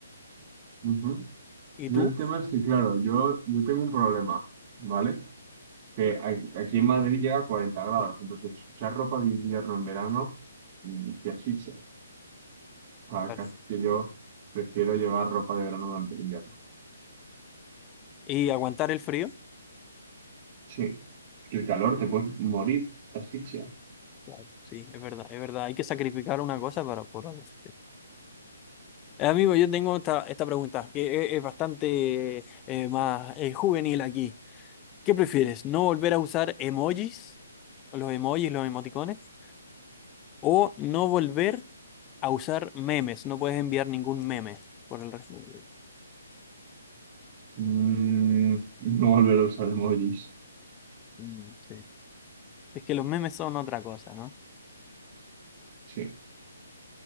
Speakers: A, on the right; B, on the left.
A: Ujú.
B: ¿Y
A: Yo
B: tú?
A: el tema es que, claro, yo, yo tengo un problema, ¿vale? Que hay- aquí en Madrid llega a 40 grados,
B: Sí,
A: entonces usar ropa de invierno en verano mm, te asfixia. O
B: Claro.
A: sea, que yo prefiero llevar ropa de verano durante el invierno.
B: ¿Y aguantar el frío?
A: Sí. Es que el calor te
B: Mm,
A: puedes morir, te asfixia.
B: claro. Sí, es verdad, es verdad, hay que sacrificar una cosa para por otra. sí. Eh, Amigo, yo tengo esta, esta pregunta que es, es bastante eh, más eh, juvenil aquí. ¿Qué prefieres? ¿No volver a usar emojis, los emojis, los emoticones? ¿O no volver a usar memes? No puedes enviar ningún meme por el resto de tu vida.
A: Mm, no volver a usar emojis.
B: Mm, sí. Es que los memes son otra cosa, ¿no?
A: Sí.